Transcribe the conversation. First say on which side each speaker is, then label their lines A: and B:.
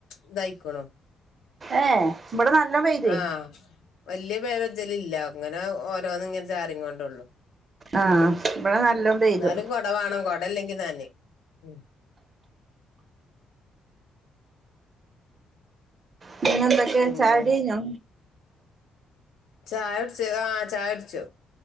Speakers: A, on the left; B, on the right.
A: ഇതായിക്ക്ണു
B: ഏഹ് ഇവിടെ നല്ലോം പെയ്തേ
A: ആഹ് വല്ല്യ പേവജൽ ഇല്ല അങ്ങനെ ഓരോന്ന ഇങ്ങനെ ചരിങ്ങോണ്ട് ഉള്ളു
B: ആഹ് ഇവിടെ നല്ലോം പെയ്തു
A: ഇന്നാലും കൊട വാണം കൊട ഇല്ലങ്കിൽ നനിം ഉമ്
B: പിന്നെ എന്തൊക്കെ
A: പിന്നെ
B: ചായോടി കഴിഞ്ഞോ
A: ചായ കുടിച്ചു ആഹ് ചായ കുടിച്ചു